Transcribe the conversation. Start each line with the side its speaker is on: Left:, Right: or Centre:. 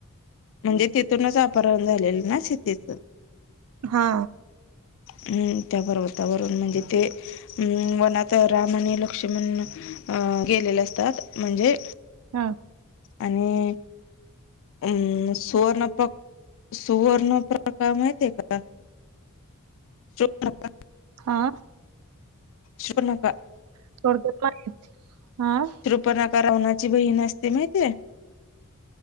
Left: म्हणजे तिथूनच अपहरण झालेलं ना सीतेच.
Right: हा
Left: हम्म त्या पर्वतावरून म्हणजे ते अम वनात राम आणि लक्ष्मण अं गेलेले असतात म्हणजे
Right: हा.
Left: आणि अम सुवर्णपक सुवर्ण प्रकार माहितीय का? <unintelligible>
Right: हा.
Left: शुपनका
Right: <unintelligible> हा.
Left: पर्णका रावणाची बहीण असते माहितीय.